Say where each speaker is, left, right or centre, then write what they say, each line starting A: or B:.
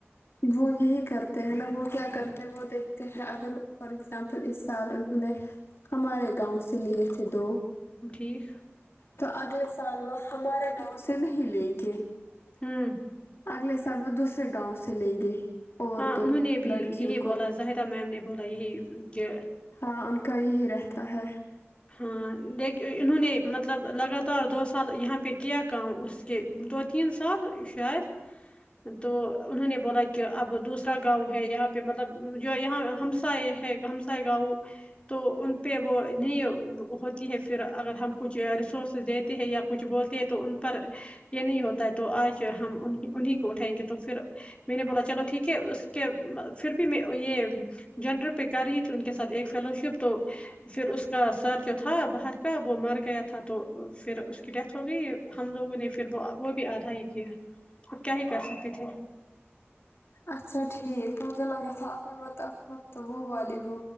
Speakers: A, on the left (about 65°); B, on the left (about 25°).
A: وہ یہی کرتے ہیں نا وہ کیا کرتے ہیں وہ دیکھتے ہیں اگر فار ایگزامپل اس سال انہوں نے ہمارے گاؤں سے لیے تھے دو
B: ٹھیک
A: تو اگلے سال وہ ہمارے گاؤں سے نہیں لیں گے
B: ہمم
A: اگلے سال وہ دوسرے گاؤں سے لیں گے اور
B: ہاں
A: دو
B: انہوں نے بھی
A: لڑکیوں
B: یہی
A: کو
B: بولا زاہدہ میم نے بولا یہی کہ
A: ہاں ان کا یہی رہتا ہے
B: ہاں دیکھ انہوں نے مطلب لگاتار دو سال یہاں پہ کیا کام اس دو تین سال شاید تو انہوں نے بولا کہ اب دوسرا گاؤں ہے یہاں پہ مطلب جو یہاں ہم ہمس ہے ہمسائے گاؤں تو ان پہ وہ نہیں ہوتی ہے پھر اگر ہم کچھ ریسورسز دیتے ہیں یا کچھ بولتے ہیں تو ان پر یہ نہیں ہوتا ہے تو آج ہم انہیں کو اٹھائیں گے تو پھر میں نے بولا چلو ٹھیک ہے اس کے پھر بھی میں یہ جنڈر پہ کر رہی تھی ان کے ساتھ ایک فیلو شپ تو پھر اس کا سر جو تھا باہر کا وہ مر گیا تھا تو پھر اس کی ڈیتھ ہو گئی ہم لوگوں نے پھر وہ وہ بھی آدھا ہی کیا ا کیا ہی کر سکتی تھے
A: اچھا ٹھیک مجھے لگا تھا اپنے مت مت وہ والی ہو